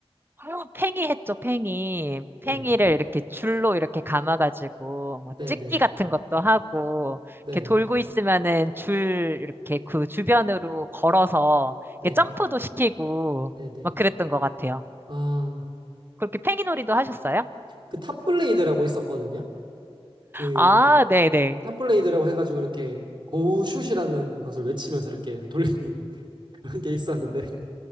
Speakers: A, on the right; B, on the right.
A: 아 팽이 했죠, 팽이. 팽이를
B: 네,
A: 이렇게 줄로 이렇게 감아가지고, 뭐,
B: 네,
A: 찍기
B: 네,
A: 같은 것도 하고,
B: 네,
A: 이렇게 돌고 있으면은 줄, 이렇게 그 주변으로 걸어서,
B: 네,
A: 이렇게 점프도 시키고,
B: 네, 네.
A: 막 그랬던 것 같아요.
B: 아,
A: 그렇게 팽이놀이도 하셨어요?
B: 그 탑블레이드라고 있었거든요. 그
A: 아, 네네.
B: 탑블레이드라고 해가지고 이렇게 고우슛이라는 것을 외치면서 이렇게 돌리는 <laughs> 그런 게 있었는데